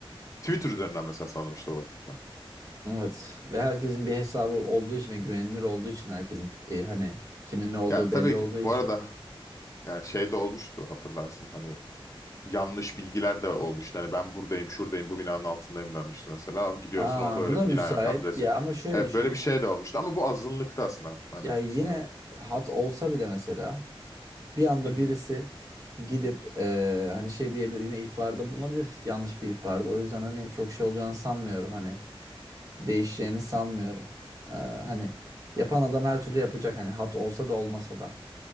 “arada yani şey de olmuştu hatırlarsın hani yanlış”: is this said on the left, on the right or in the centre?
Left